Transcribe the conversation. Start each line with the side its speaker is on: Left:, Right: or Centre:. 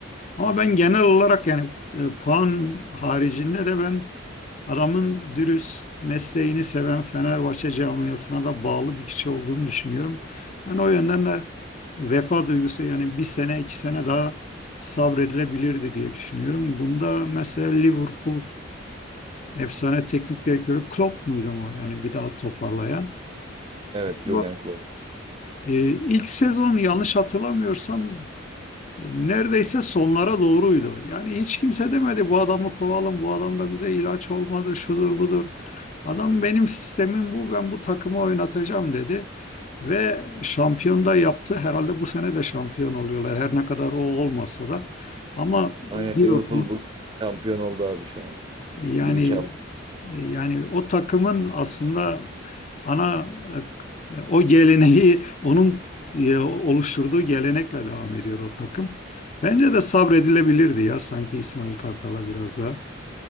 Left: Ama ben genel olarak yani e, puan haricinde de ben adamın dürüst mesleğini seven Fenerbahçe camiasına da bağlı bir kişi olduğunu düşünüyorum. Ben o yönden de vefa duygusu yani bir sene iki sene daha sabredilebilirdi diye düşünüyorum. Bunda mesela Liverpool efsane teknik direktörü Klopp muydu mu? Yani bir daha toparlayan.
Right: Evet
Left: Bu-
Right: Jürgen Klopp.
Left: Ee, ilk sezon yanlış hatırlamıyorsam neredeyse sonlara doğruydu. Yani hiç kimse demedi bu adamı kovalım, bu adam da bize ilaç olmadı, şudur budur. Adam benim sistemim bu, ben bu takımı oynatacağım dedi. Ve şampiyon da yaptı. Herhalde bu sene de şampiyon oluyorlar. Her ne kadar o olmasa da. Ama bir
Right: Aynen Liverpool
Left: okul
Right: bu şampiyon oldu abi şu an.
Left: yani
Right: Bir iki hafta.
Left: yani o takımın aslında ana e, o geleneği onun e, oluşturduğu gelenekle devam ediyor o takım. Bence de sabredilebilirdi ya sanki İsmail Kartal'a biraz daha.